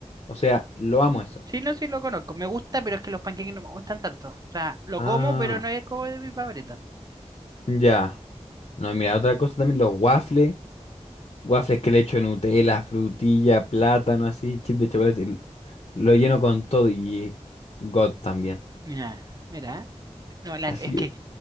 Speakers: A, on the left; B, on the right.
A: O sea, lo amo eso.
B: Sí, no, sí lo conozco. Me gusta, pero es que los panqueques no me gustan tanto. O sea, lo
A: Ah,
B: como, pero no es como de mis favoritos.
A: ya. No, mira, otra cosa también, los waffles. Waffles que le echo Nutella, frutilla, plátano, así, chip de chocolate. l- Lo lleno con todo y God también.
B: Mira, mira. No, la-
A: Así,
B: es que